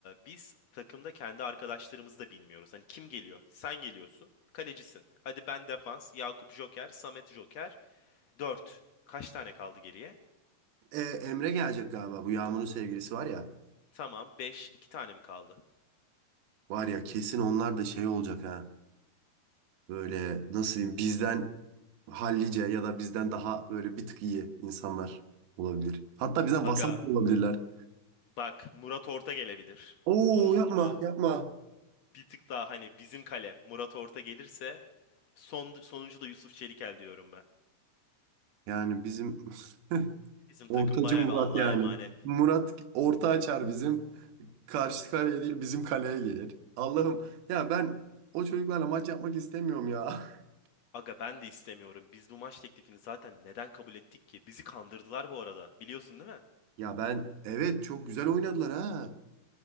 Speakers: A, on the left (about 85°); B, on the right (about 70°).
A: biz takımda kendi arkadaşlarımızı da bilmiyoruz. Hani kim geliyor? Sen geliyorsun. Kalecisin. Hadi ben defans. Yakup Joker. Samet Joker. dört. Kaç tane kaldı geriye?
B: E, Emre gelecek galiba. Bu Yağmur'un sevgilisi var ya.
A: Tamam 5. 2 tane mi kaldı?
B: Var ya kesin onlar da şey olacak ha. Böyle nasıl diyeyim bizden hallice ya da bizden daha böyle bir tık iyi insanlar olabilir. Hatta bizden
A: Aga
B: vasat da olabilirler.
A: bak Murat Orta gelebilir.
B: Oo
A: Onu unutma.
B: yapma yapma.
A: Bir tık daha hani bizim kalem Murat Orta gelirse son, sonuncu da Yusuf Çelikel diyorum ben.
B: Yani bizim <laughs>
A: Bizim
B: ortacı
A: takım bayağı
B: Murat
A: bir Allah'a
B: yani.
A: emanet.
B: Murat orta açar bizim. Karşı kaleye değil bizim kaleye gelir. Allah'ım ya ben o çocuklarla maç yapmak istemiyorum ya. <laughs>
A: Aga ben de istemiyorum. Biz bu maç teklifini zaten neden kabul ettik ki? Bizi kandırdılar bu arada. Biliyorsun değil mi?
B: Ya ben evet çok güzel oynadılar ha.